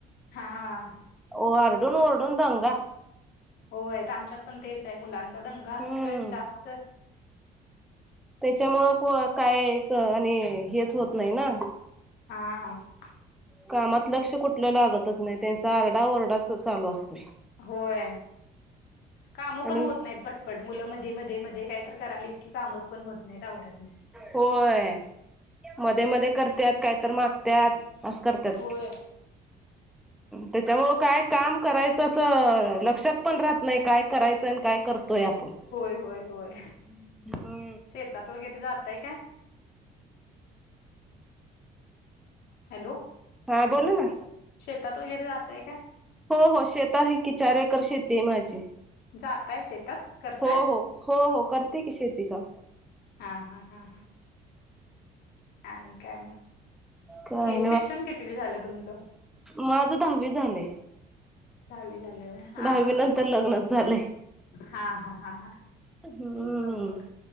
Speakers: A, on the left (about 75°); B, in the centre.
A: हा
B: ओरडून ओरडून दंगा.
A: होय आता आमच्यात पण तेच आहे मुलांचा दंगा असतोय
B: हम्म
A: जास्त.
B: त्याच्यामुळे काय आणि हेच होत नाही ना.
A: हा-
B: कामात लक्ष कुठलं लागतच नाही त्यांचा आरडा ओरडा च चालू असतोय.
A: होय काम पण
B: आणि
A: होत नाहीत पटपट मुलं मध्ये मध्ये मध्ये काय त करालीत की काम पण होत नाही आवरत नाही.
B: होय मध्ये मध्ये कर काय तर मागतात असं करतात.
A: होय
B: त्याच्यामुळ काय काम करायचं असं लक्षात पण राहत नाही काय करायचं आणि काय तोय आपुन.
A: होय होय.
B: हम्म
A: शेतात वगैरे जातय का? हॅलो.
B: हा बोला ना.
A: शेतात वगैरे जातय काय?
B: हो हो शेत आहे की चार एकर शेती आहे माझी.
A: जाताय शेतात. करताय?
B: हो हो हो हो करते की शेती काम.
A: हा हा हा ह आणि काय म
B: काय
A: कि शिक्षण कितवि झाल तुमच.
B: मा माझ दहावी झालय.
A: दहावी झालंय व्हय. हा
B: दहावी
A: -हा
B: नंतर लग्नच झालंय.
A: -हा -हा हा
B: हम्म
A: लवकर.